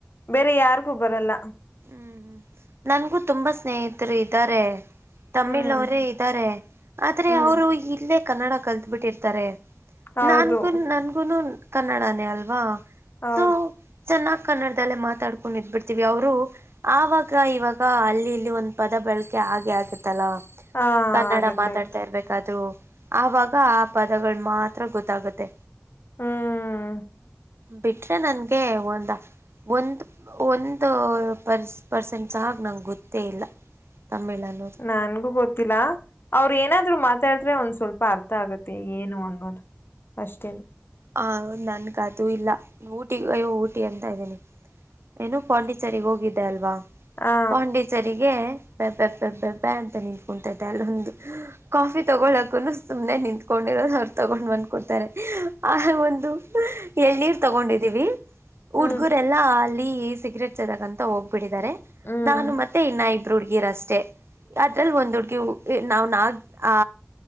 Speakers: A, on the left (about 60°); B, on the right (about 80°).
A: ಬೇರೆ ಯಾರ್ಗೂ ಬರಲ್ಲ
B: ಹ್ಮ್ ಹ್ಮ್ ನನ್ಗೂ ತುಂಬಾ ಸ್ನೇಹಿತರು ಇದ್ದಾರೆ ತಮಿಳ್
A: ಹ್ಮ್
B: ಅವರೇ ಇದ್ದಾರೆ ಆದ್ರೆ
A: ಹ್ಮ್
B: ಅವರು ಇಲ್ಲೇ ಕನ್ನಡ ಕಲ್ತ್ ಬಿಿಟ್ಟಿರ್ತಾರೆ
A: ಹೌದು
B: ನನ್ಗು ನನ್ಗುನು ಕನ್ನಡನೇ ಅಲ್ವಾ
A: ಹಾ
B: ಸೊ ಚೆನ್ನಾಗ್ ಕನ್ನಡದಲ್ಲೇ ಮಾತಾಡ್ಕೊಂಡು ಇದ್ಬಿಡ್ತೀವಿ ಅವರು ಆಾಗ ಅವಾಗ ಇವಾಗ ಅಲ್ಲಿ ಇಲ್ಲಿ ಒಂದ್ ಪದ ಬಳಕೆ ಆಗೆ ಆಗುತ್ತೆ ಲ್ಲ
A: ಹಾ
B: ಕನ್ನಡ
A: ಆಗತ್ತೆ
B: ಮಾತಾಡ್ತಾ
A: ಆಗತ್ತೆ
B: ಇರ್ಬೇಕಾದ್ರೂ ಆವಾಗ ಆ ಪದಗಳು ಮಾತ್ರ ಗೊತ್ತಾಗುತ್ತೆ
A: ಹ್ಮ್
B: ಬಿಟ್ರೆ ನನ್ಗೆ ಒಂದ ಒಂದು ಒಂದು ಪರ್ಸ್ ಪರ್ಸೆಂಟ್ ಸಹಾಗಿೆ ನಂಗೆ ಗೊತ್ತೇ ಇಲ್ಲ ತಮಿಳ್ ಅನ್ನೋದು
A: ನನ್ಗೂ ಗೊತ್ತಿಲ್ಲ ಅವ್ರ ಏನಾದ್ರು ಮಾತಾಡ್ತ ೆ ಒಂದ್ ಸ್ವಲ್ಪ ಅರ್ಥ ಆಗತ್ತೆ ಏನು ಅನ್ನೋದು ಅಷ್ಟೇ
B: ಹ ನನ್ಗ ಅದು ಇಲ್ಲ ಊಟಿ ಅಯ್ಯೋ ಊಟಿ ಅಂತ ಇದ್ದೀನಿ ಏನೋ ಪಾಂಡಿಚರಿಗೆ ಹೋಗಿದ್ದೆ ಅಲ್ವಾ
A: ಹಾ
B: ಪಂಡಿತರಿಗೆ ಬೆ ಬೆ ಬೆ ಬೆಬ ಅಂತ ನಿಂತ್ಕೊತ್ದ ಅಲ್ಲೊಂದು ಕಾಫಿ ತಗೊಳಕು ಸುಮ್ಮನೆ ನಿಂತ್ಕೊಂಡಿರದು ಅವ್ರರು ತಗೊಂಡ್ ಬಂದಕೊಡ್ತಾರೆ ಆ ಒಂದು ಎಳ್ನೀರ್ ತಗೊಂಡಿದ್ದೀವಿ ಹುಡ್ಗುರೆಲ್ಲಾ
A: ಹ್ಮ್
B: ಅಲ್ಲಿ ಸಿಗರೆೇಟ್ ಸೇದಕಂತ ಹೋಗ್ಬಿಟ್ಟಿದ್ದಾರೆ
A: ಹ್ಮ್
B: ನಾನು ಮತ್ತೆ ಇನ್ನ ಹುಡ್ಗಿರಷ್ಟೆ ಅದ್ರಲ್ಲಿ ಒಂದ್ ಹುಡ್ಗಿ ನಾವ್ ನಾಗ ಆ